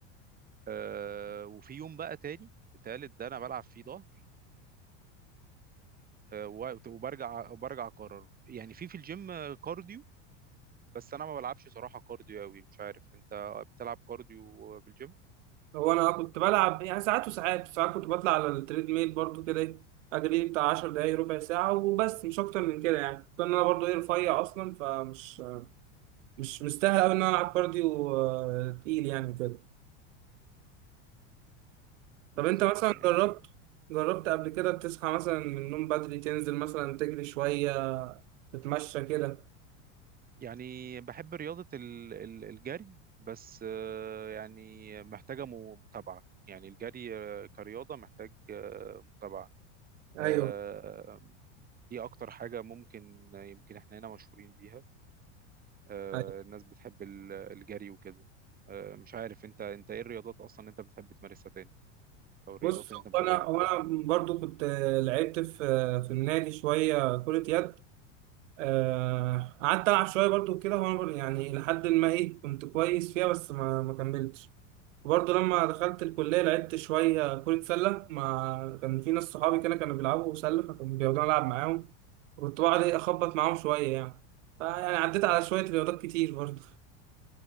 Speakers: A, on the right; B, on the right.
A: آه، وفي يوم بقى تاني التالت ده انا بلعب فيه ظهر آه، و- وبرجع وبرجع اكرر يعني في في الجيم آه، كارديو بس انا ما بلعبش صراحة كارديو قوي مش عارف انت بتلعب كارديو في الجيم
B: هو انا كنت بلعب يعني ساعات وساعات ساعات كنت بطلع على التريد ميل برضو كده إيه، اجري بتاع 10 دقايق ربع ساعه وبس مش اكتر من كده يعني كنت انا برضو ايه رفيع اصلا فمش مش مستاهل قوي ان انا العب كارديو آه، تقيل يعني كده
A: بالظبط
B: طب انت مثلا
A: يعني
B: جربت جربت قبل كده تصحى مثلا من النوم بدري تنزل مثلا تجري شويه تتمشى كده
A: يعني بحب رياضة ال- ال- الجري بس آه، يعني محتاجة م- متابعة يعني الجري آه، كرياضة محتاج آه، متابعة
B: ايوه
A: آه، دي اكتر حاجة ممكن يمكن احنا هنا مشهورين بيها آه،
B: أيوة.
A: الناس بتحب ال- الجري وكده آه، مش عارف انت انت ايه الرياضات اصلا انت بتحب تمارسها تاني او الرياضات
B: بص
A: اللي
B: هو
A: انت متابعها
B: انا هو انا برضو كنت آه، لعبت في آه، في النادي شويه كره يد آه، قعدت ألعب شوية برضو كده وأنا بر- يعني لحد ما إيه كنت كويس فيها بس ما ما كملتش وبرضه لما دخلت الكلية لعبت شوية كرة سلة مع كان في ناس صحابي كده كانوا بيلعبوا سلة فكانوا بيقعدوا ألعب معاهم وكنت بقعد إيه أخبط معاهم شوية يعني فيعني عديت على شوية رياضات كتير برضه